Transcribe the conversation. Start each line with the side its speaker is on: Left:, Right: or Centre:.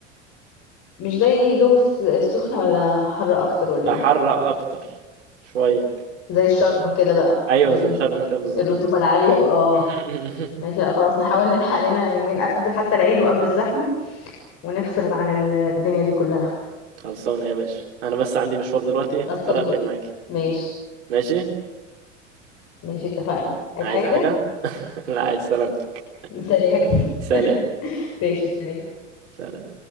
Left: مش زي جو الس- السخنه ولا حر اكتر ولا ايه
Right: حر أكتر شوية
Left: زي الشرب كده بقى
Right: أيوة
Left: مم.
Right: زي شرم كده بالظبط
Left: الرطوبة العالية واه
Right: <laughs>
Left: ماشي لا خلاص نحاول نلحق لنا يومين قبل حتى العيد وقبل الزحمة ونفصل عن الدنيا دي كلها
Right: خلصانة يا باشا أنا بس عندي مشوار دلوقتي فاضطر
Left: خلاص طب
Right: أقفل معاكي
Left: ماشي
Right: ماشي
Left: ماشي اتفقنا عايز
Right: عايزة
Left: حاجة
Right: حاجة؟ <laughs> لا عايز سلامتك
Left: سلام
Right: سلام
Left: <laughs> ماشي سلام
Right: سلام